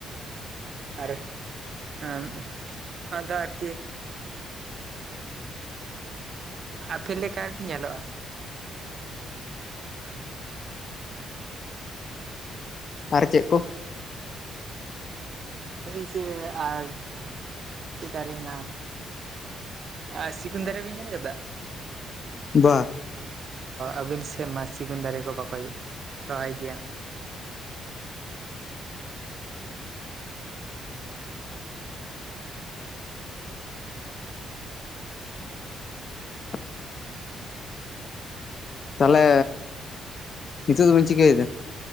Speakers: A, on the right; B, on the left.
A: ᱟᱨ <unintelligible> ᱟᱫᱚ ᱟᱨᱠᱤ ᱟᱯᱮᱞ ᱞᱮᱠᱟ ᱟᱨ ᱠᱤ ᱧᱮᱞᱚᱜᱼᱟ
B: ᱟᱨ ᱪᱮᱫ ᱠᱚ
A: ᱪᱟᱨ ᱪᱮᱛ ᱫᱟᱨᱮ ᱦᱮᱱᱟᱜᱼᱟ ᱟᱨ ᱥᱤᱜᱩᱱ ᱫᱟᱨᱮ ᱵᱤᱱ ᱧᱮᱞ ᱠᱟᱫᱟ?
B: ᱵᱟ
A: ᱟᱹᱵᱤᱱ ᱥᱮᱫ ᱢᱟ <inaudible> ᱥᱤᱜᱩᱱ ᱫᱟᱨᱮ ᱠᱚ ᱵᱟᱠᱚ ᱨᱚᱦᱚᱭ ᱜᱮᱭᱟ
B: <unintelligible> ᱛᱟᱦᱚᱞᱮ ᱱᱤᱛᱳᱜ ᱫᱚ ᱵᱤᱱ ᱪᱤᱠᱟᱹᱭᱮᱫᱟ